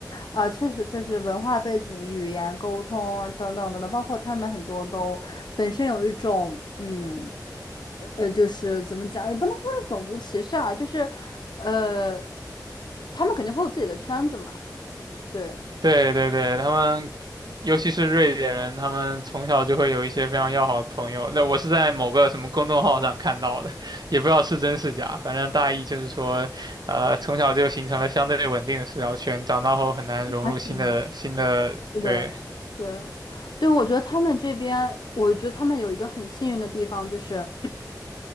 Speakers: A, on the left; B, on the right.
A: 啊，确实，确实，文化背景、语言、沟通等等等等，包括他们很多都本身有一种，嗯，呃呃，就是怎么讲，也不能说是种族歧视啊，就是，呃，他们肯定会有自己的圈子嘛，对，
B: 对对对，他们尤其是瑞典人，他们从小就会有一些非常要好的朋友。那我是在某个什么公众号上看到的，也不知道是真是假，反正大意就是说，呃，从小就形成了相对稳定的社交圈，长大后很难融入新的新的，
A: 啊，是的。是的，
B: 对，
A: 对，对，我觉得他们这边，我觉得他们有一个很幸运的地方，就是。